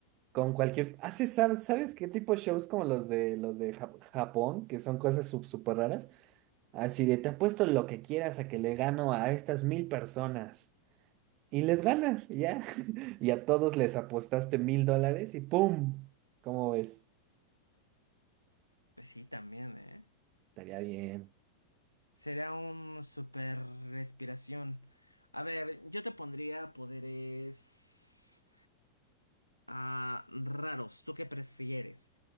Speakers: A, on the right; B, on the left.
A: con cualquier. Haces, ¿sabes, sabes qué tipo de shows como los de los de Jap- Japón, que son cosas súper raras? Así de, te apuesto lo que quieras a que le gano a estas mil personas. Y les ganas, ya. <laughs> Y a todos les apostaste mil dólares y ¡pum! ¿Cómo ves?
B: Pues sí, también, ¿eh?
A: Estaría bien.
B: Sería un super respiración. A ver, yo te pondría poderes. a raros. ¿Tú qué prefieres?